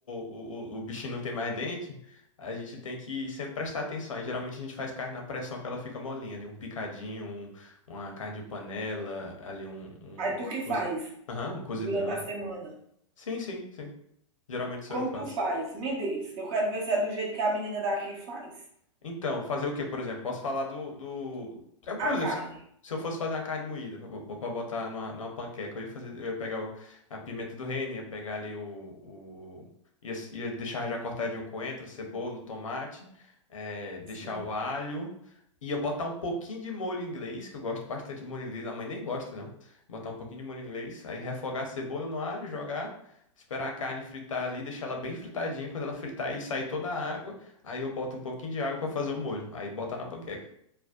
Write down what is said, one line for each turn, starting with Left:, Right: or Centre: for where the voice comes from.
Left: o, o o bichinho não tem mais dente, a gente tem que sempre prestar atenção. Aí, geralmente a gente faz carne na pressão que ela fica molinha ali, um picadinho, um- uma carne de panela, ali um, um...
Right: Aí tu que
Left: Cozi-
Right: faz?
Left: Aham, um cozidão.
Right: durante a semana.
Left: Sim, sim, sim. Geralmente sou
Right: Como
Left: eu que faço.
Right: tu faz? Me diz. Eu quero ver se é do jeito que a menina daqui faz.
Left: Então, fazer o quê, por exemplo? Posso falar do, do... Eu, por
Right: A
Left: exemplo,
Right: carne.
Left: se se eu fosse fazer uma carne moída pra, pra- pra botar numa, numa panqueca, eu ia fazer, eu ia pegar o- a pimenta do reino, ia pegar ali o, o- ia, ia deixar já cortadinho o coentro, a cebola, o tomate, eh, deixar
Right: Sim,
Left: o alho, ia botar um pouquinho de molho inglês, que eu gosto bastante de molho inglês, a mãe nem gosta, não. Botar um pouquinho de molho inglês, aí refogar a cebola no alho, jogar, esperar a carne fritar ali, deixar ela bem fritadinha, quando ela fritar e sair toda a água, Aí eu boto um pouquinho de água pra fazer o molho. Aí bota na panqueca.